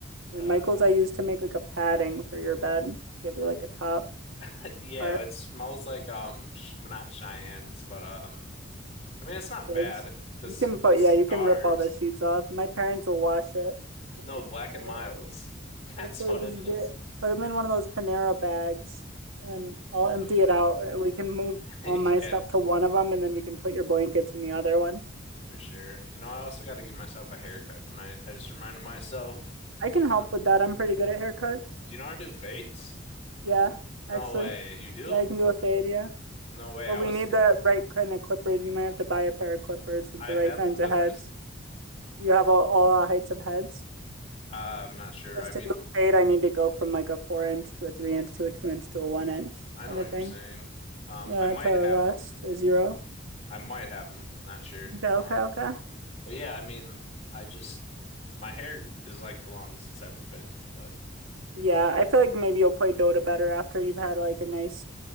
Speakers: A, on the right (about 85°); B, on the left (about 30°).
A: Michael's
B: uh
A: I used to make like a padding for your bed to give you like a top
B: <laughs> yeah,
A: part.
B: it smells like um sh not Cheyennes, but um I mean it's not
A: Eggs.
B: bad. The
A: You
B: c-
A: can
B: the
A: put
B: cigars,
A: yeah, you can rip all the sheets off. My parents will wash it if
B: no
A: you
B: Black
A: desire
B: and Milds. <laughs> That's
A: it. So
B: what
A: just
B: it
A: get
B: is.
A: put them in
B: Yeah.
A: one of those Panera bags, and I'll empty
B: Okay.
A: it out. We can move
B: <laughs>
A: all my
B: Yeah,
A: stuff to one of them, and then we can put your blankets in the other one.
B: for sure. You know, I also got to give myself a haircut tonight. I just reminded myself.
A: I can
B: You know,
A: help with that. I'm pretty good at haircuts.
B: do you know how to do fades?
A: Yeah,
B: No
A: actually.
B: way. You do?
A: Yeah, I can do a fade, yeah.
B: No way.
A: But
B: I
A: we
B: was.
A: need the right kind of clippers. You might have to buy a pair of clippers with
B: I
A: the right
B: have
A: kinds
B: clippers.
A: of heads. You
B: I
A: have
B: think
A: all, all heights of heads.
B: Uh, I'm not sure.
A: Because
B: I mean,
A: to do a fade, I need to go from like a four inch to a three inch to a two inch to a one inch
B: I
A: kind
B: know what
A: of
B: you're
A: thing.
B: saying. Um,
A: Yeah,
B: I might
A: to
B: have
A: a less,
B: them.
A: to a zero.
B: I might have them. Not sure.
A: Okay, okay,
B: Um,
A: okay.
B: but yeah, I mean, I just my hair is like the longest it's ever been. But
A: Yeah,
B: you know,
A: I feel like maybe you'll play Dota better after you've had like a nice